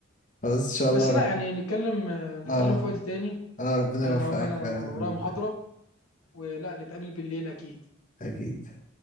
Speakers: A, on the left; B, on the left.
A: خلاص ان شاء الله
B: بس
A: رب
B: لا يعني نتكلم آه، نتكلم
A: اه
B: في وقت تاني
A: اه ربنا
B: انا
A: يوفقك
B: هم انا
A: فعلا
B: ورايا
A: في الموضوع
B: محاضرة
A: ده.
B: ولا نتقابل بالليل اكيد
A: اكيد